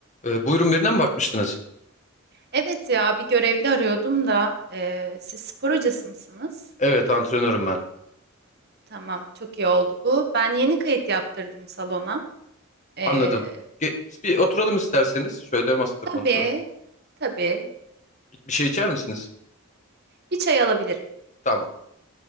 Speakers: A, on the left; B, on the right.
A: Ee, buyurun birine mi bakmıştınız?
B: Evet ya bir görevli arıyordum da eee, siz spor hocası mısınız?
A: Evet, antrenörüm ben.
B: Tamam çok iyi oldu bu. Ben yeni kayıt yaptırdım salona. Eee
A: Anladım. Ge- bir oturalım isterseniz. Şöyle masada
B: tabii
A: konuşalım.
B: tabii
A: Bir bir şey içer misiniz?
B: bir çay alabilirim.
A: Tamam.